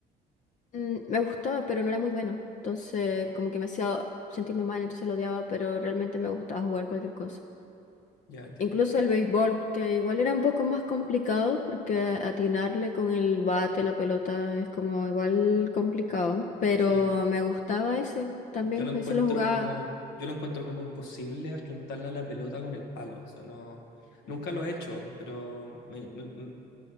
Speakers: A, on the left; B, on the left.
A: mm, me gustaba, pero no era muy buena. Entonces, como que me hacía sentirme mal, entonces lo odiaba, pero realmente me gustaba jugar cualquier cosa.
B: Ya entiendo.
A: Incluso el béisbol, que igual era un poco más complicado porque atinarle con el bate, la pelota, es como igual complicado, pero
B: Sí.
A: me gustaba ese también,
B: Yo lo encuentro
A: ese lo jugaba.
B: como, yo lo encuentro como imposible achuntarle a la pelota con el palo. O sea, no, nunca lo he hecho, pero me- me-